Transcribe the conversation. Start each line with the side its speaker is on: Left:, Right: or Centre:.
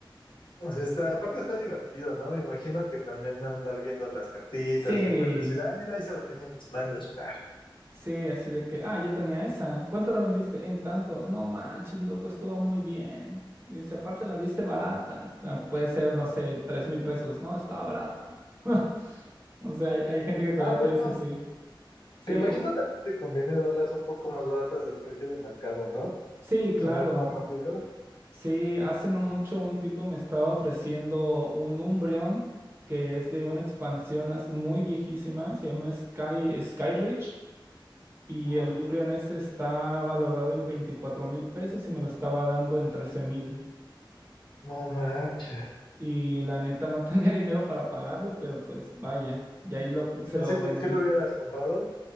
Left: O sea, está, aparte está divertido, ¿no? Me imagino que también andar viendo las cartitas
Right: Sí,
Left: y pues decir, ah, mira, ahí se la tenía en mis manos. pa".
Right: sí, así de que, ah, yo tenía esa. ¿Cuánto la vendiste? En tanto. No manches, loco, estuvo muy bien. Dice, aparte la diste barata. O sea, puede ser, no sé, tres mil pesos. No, estaba barata. <laughs> O sea, hay, hay gente que todavía
Left: Ah, bueno,
Right: te dice así. Sí,
Left: que imagino
Right: o-
Left: también te conviene darlas un poco más baratas del precio de mercado, ¿no?
Right: sí, claro.
Left: Se mueven más rápido.
Right: Sí, hace no mucho un tipo me estaba ofreciendo un Umbreon que es de una expansión as- muy viejísima, se llama Sky, Skyreach, y
Left: Ajá.
Right: el Umbreon ese está valorado en veinticuatro mil pesos y me lo estaba dando en trece mil.
Left: No manches.
Right: Y la neta no <laughs> tenía dinero para pagarlo, pero pues vaya, y ahí lo, se
Left: Si no,
Right: lo
Left: si, tú-
Right: vendió.
Left: si lo hubieras comprado,